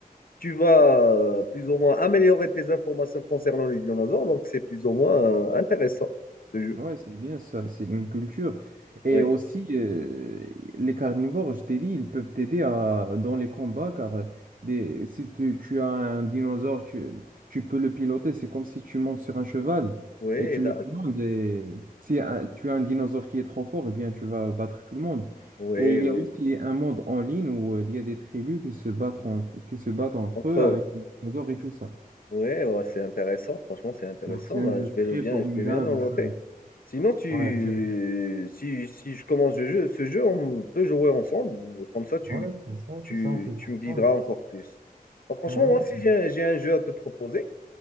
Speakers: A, on the left; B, on the right.
A: tu vas euh, plus ou moins améliorer tes informations concernant les dinosaures. Donc, c'est plus ou moins euh, intéressant, ce jeu.
B: Ouais, c'est bien ça, c'est une culture. Et
A: Oui,
B: aussi, euh, les carnivores, je t'ai dit, ils peuvent t'aider à, dans les combats car euh, des, si tu, tu as un dinosaure, tu, tu peux le piloter. C'est comme si tu montes sur un cheval
A: oui,
B: et tu
A: d'accord.
B: le commandes. Et si euh, tu as un dinosaure qui est trop fort, eh bien, tu vas battre tout le monde.
A: Oui,
B: Et il
A: oui.
B: y a aussi un monde en ligne où euh, il y a des tribus qui se battent, en- qui se battent entre
A: Entre
B: eux
A: eux.
B: avec les dinosaures et tout ça.
A: Oui, ouais, c'est intéressant. Franchement, c'est intéressant.
B: Alors, c'est un
A: Bah,
B: jeu
A: je vais
B: très
A: le bien,
B: formidable.
A: je vais bien le noter.
B: C'est
A: Sinon, tu,
B: ouais, c'est
A: si, si je commence le jeu- ce jeu, on peut jouer ensemble. Comme ça, tu,
B: Ouais, c'est ça, c'est
A: tu,
B: ça, on peut jouer
A: tu
B: ensemble.
A: me guideras encore plus. Bah, franchement,
B: ah ouais,
A: moi,
B: c'est-
A: si j'ai, un j'ai un jeu à te proposer,